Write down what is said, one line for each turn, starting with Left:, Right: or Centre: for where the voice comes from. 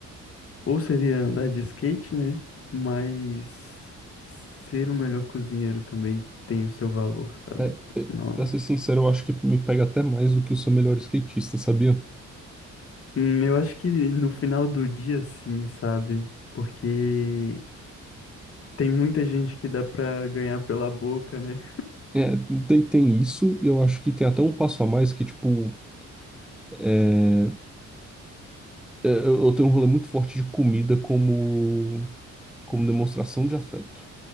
Left: Ou seria andar de skate, né? Mas ser o melhor cozinheiro também tem o seu valor, sabe?
Centre: É, é,
Left: Nossa.
Centre: pra ser sincero, eu acho que me pega até mais do que o seu melhor skatista, sabia?
Left: Hum, eu acho que no final do dia, sim, sabe? Porque tem muita gente que dá pra ganhar pela boca, né?
Centre: É, tem, tem isso, e eu acho que tem até um passo a mais que, tipo, é, é, eu, eu tenho um rolê muito forte de comida como, como demonstração de afeto,